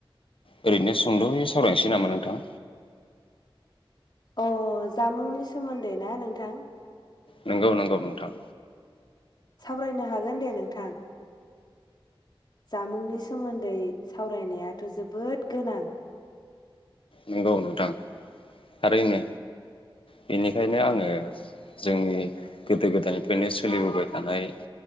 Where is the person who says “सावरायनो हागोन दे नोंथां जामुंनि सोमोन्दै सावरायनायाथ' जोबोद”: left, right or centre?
Left